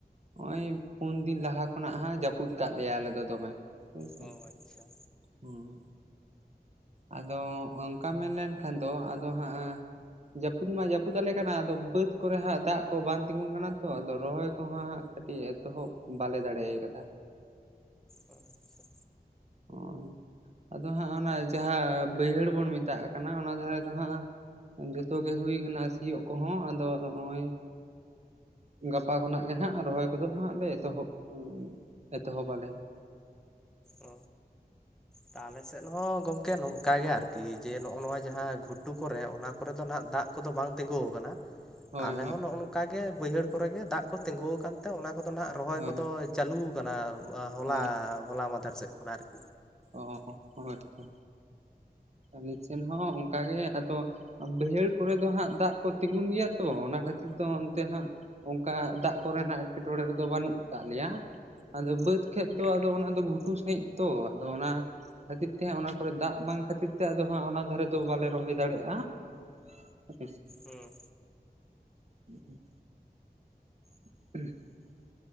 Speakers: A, on the right; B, in the centre.
A: ᱱᱚᱜᱼᱚᱭ ᱯᱩᱱ ᱫᱤᱱ ᱞᱟᱦᱟ ᱠᱷᱚᱱᱟᱜ ᱦᱟᱸᱜ ᱡᱟᱹᱯᱩᱫ ᱠᱟᱜ ᱞᱮᱭᱟ ᱟᱞᱮ ᱫᱚ ᱫᱚᱢᱮ ᱦᱮᱸᱥᱮ
B: ᱚ ᱟᱪᱪᱷᱟ
A: ᱦᱩᱸ ᱟᱫᱚ ᱚᱱᱠᱟ ᱢᱮᱱ ᱞᱮᱱᱠᱷᱟᱱ ᱫᱚ ᱟᱫᱚ ᱦᱟᱸᱜ ᱡᱟᱹᱯᱩᱫ ᱢᱟ ᱡᱟᱹᱯᱩᱫ ᱟᱞᱮ ᱠᱟᱱᱟ ᱟᱫᱚ ᱵᱟᱹᱫᱽ ᱠᱚᱨᱮ ᱦᱟᱸᱜ ᱫᱟᱜ ᱠᱚ ᱵᱟᱝ ᱛᱤᱸᱜᱩᱱ ᱠᱟᱱᱟ ᱛᱚ ᱟᱫᱚ ᱨᱚᱦᱚᱭ ᱠᱚᱦᱚᱸ ᱦᱟᱸᱜ ᱠᱟᱹᱴᱤᱡ ᱮᱛᱚᱦᱚᱵ ᱵᱟᱞᱮ ᱫᱟᱲᱮ ᱟᱠᱟᱫᱟ
B: ᱚ ᱟᱪᱪᱷᱟ
A: ᱦᱳᱭ ᱟᱫᱚ ᱦᱟᱸᱜ, ᱚᱱᱟ ᱡᱟᱦᱟᱸ ᱵᱟᱹᱭᱦᱟᱹᱲ ᱵᱚᱱ ᱢᱮᱛᱟᱜ ᱠᱟᱱᱟ ᱚᱱᱟ ᱫᱷᱟᱨᱮ ᱫᱚ ᱦᱟᱸᱜ ᱡᱚᱛᱚ ᱜᱮ ᱦᱩᱭ ᱟᱠᱟᱱᱟ ᱥᱤᱭᱳᱜ ᱠᱚᱦᱚᱸ ᱟᱫᱚ ᱱᱚᱜᱼᱚᱭ ᱜᱟᱯᱟ ᱠᱷᱚᱱᱟᱜ ᱜᱮ ᱦᱟᱸᱜ ᱨᱚᱦᱚᱭ ᱠᱚᱫᱚ ᱦᱟᱸᱜ ᱞᱮ ᱮᱛᱚᱦᱚᱵ ᱮᱛᱚᱦᱚᱵ ᱟᱞᱮ
B: ᱚ ᱛᱚ ᱟᱞᱮ ᱥᱮᱫ ᱦᱚᱸ ᱜᱚᱢᱠᱮ ᱱᱚᱝᱠᱟ ᱜᱮ ᱟᱨᱠᱤ ᱡᱮ ᱱᱚᱜᱼᱚ ᱱᱚᱣᱟ ᱡᱟᱦᱟᱸ ᱜᱷᱩᱴᱩ ᱠᱚᱨᱮ ᱚᱱᱟ ᱠᱚᱨᱮ ᱫᱚ ᱟᱜ ᱫᱟᱜ ᱠᱚᱫᱚ ᱵᱟᱝ ᱛᱤᱸᱜᱩ ᱟᱠᱟᱱᱟ
A: ᱦᱳᱭ
B: ᱟᱞᱮ
A: ᱦᱳᱭ
B: ᱦᱚᱸ ᱱᱚᱜᱼᱚᱝ ᱚᱱᱠᱟ ᱜᱮ ᱵᱟᱹᱭᱦᱟᱹᱲ ᱠᱚᱨᱮ ᱜᱮ ᱫᱟᱜ ᱠᱚ ᱛᱤᱸᱜᱩ ᱟᱠᱟᱱ ᱛᱮ ᱚᱱᱟ ᱠᱚᱫᱚ ᱟᱜ ᱨᱚᱦᱚᱭ ᱠᱚᱫᱚ
A: ᱦᱳᱭ
B: ᱪᱟᱹᱞᱩ ᱟᱠᱟᱱᱟ ᱦᱚᱞᱟ
A: ᱦᱳᱭ
B: ᱦᱚᱞᱟ ᱢᱟᱫᱷᱮᱨ ᱥᱮᱫ ᱠᱷᱚᱱᱟᱜ ᱟᱨᱠᱤ
A: ᱚ ᱦᱳᱭᱛᱚ ᱟᱞᱮ ᱥᱮᱱ ᱦᱚᱸ ᱚᱱᱠᱟᱜ ᱜᱮ ᱟᱫᱚ ᱵᱟᱹᱭᱦᱟᱹᱲ ᱠᱚᱨᱮ ᱫᱚ ᱦᱟᱸᱜ ᱫᱟᱜ ᱠᱚ ᱛᱤᱸᱜᱩᱱ ᱜᱮᱭᱟ ᱛᱚ ᱚᱱᱟ ᱠᱷᱟᱹᱛᱤᱨ ᱫᱚ ᱚᱱᱛᱮ ᱦᱟᱸᱜ ᱚᱱᱠᱟ ᱫᱟᱜ ᱠᱚᱨᱮᱱᱟᱜ ᱮᱸᱴᱠᱮᱴᱚᱬᱮ ᱨᱮᱫᱚ ᱵᱟᱹᱱᱩᱜ ᱟᱠᱟᱜ ᱞᱮᱭᱟ ᱟᱫᱚ ᱵᱟᱹᱫᱽ ᱠᱷᱮᱛ ᱫᱚ ᱟᱫᱚ ᱚᱱᱟᱫᱚ ᱜᱷᱩᱴᱩ ᱥᱟᱺᱦᱤᱡ ᱛᱚ ᱟᱫᱚ ᱚᱱᱟ ᱠᱷᱟᱹᱛᱤᱨ ᱛᱮ ᱚᱱᱟ ᱠᱚᱨᱮ ᱫᱟᱜ ᱵᱟᱝ ᱠᱷᱟᱹᱛᱤᱨ ᱛᱮ ᱟᱫᱚ ᱦᱟᱸᱜ ᱚᱱᱟ ᱫᱷᱟᱨᱮ ᱫᱚ ᱵᱟᱞᱮ ᱨᱚᱦᱚᱭ ᱫᱟᱲᱮᱭᱟᱜᱼᱟ, <inaudible>
B: ᱦᱮᱸ
A: ᱩᱦᱩᱸᱜ <inaudible>